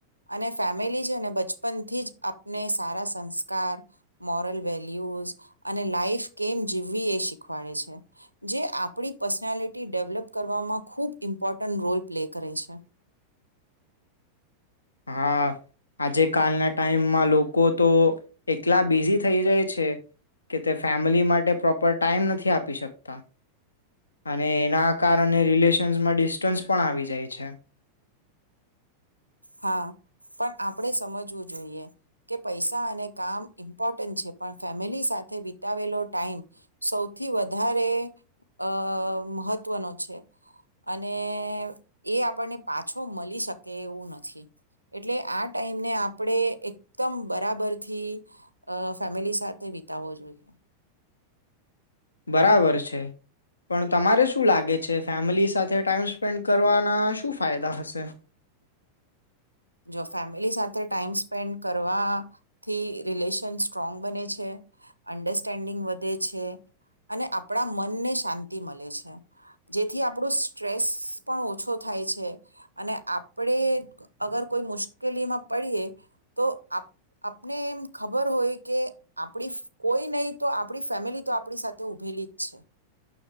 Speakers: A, on the right; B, on the left.
A: અને ફેમિલી છે ને બચપન થીજ. આપને સારા સંસ્કાર. મોરલ વેલ્યુઝ અને લાઈફ કેમ જીવવી એ શીખવાડે છે જે આપણી પર્સનાલિટી ડેવલપ કરવામાં ખૂબ ઇમ્પોર્ટન્ટ રોલ પ્લે કરે છે.
B: હા આજે કાલના ટાઈમમાં લોકો તો એટલા બિઝી થઈ જાય છે. કે તે ફેમલી માટે પ્રોપર ટાઈમ નથી આપી શકતા અને એના કારણે રિલેશન્સમાં ડિસ્ટન્સ પણ આવી જાય છે.
A: હા પણ આપડે સમજવું જોઈએ કે પૈસા અને કામ ઇમ્પોર્ટન્ટ છે પણ ફેમેલી સાથે વિતાવેલો ટાઈમ સૌથી વધારે અ મહત્ત્વનો છે અને એ આપણ ને પાછો મલી શકે એવું નથી. થી એટલે આ ટાઈમને આપડે એકદમ બરાબરથી અ ફેમિલી સાથે વિતાવવો જોઈએ.
B: બરાબર છે. પણ તમારે શું લાગે છે ફેમલી સાથે ટાઈમ સ્પેન્ડ કરવાના શું ફાયદા હશે?
A: જો ફેમિલી સાથે ટાઈમ સ્પેન્ડ કરવા થી? રિલેશન સ્ટ્રોંગ બને છે. અંડરસ્ટેન્ડિંગ વધે છે અને આપડા મનને શાંતિ મલે છે. જેથી આપડુ સ્ટ્રેસ પણ ઓછો થાય છે અ. ને આપડે અગર કોઈ મુશ્કેલીમાં પડીએ તો આપ આપને એમ ખબર હોય કે આપડુ કોઈ નઇ તો આપડી ફેમિલી તો આપડી સાથે ઊભેલી જ છે.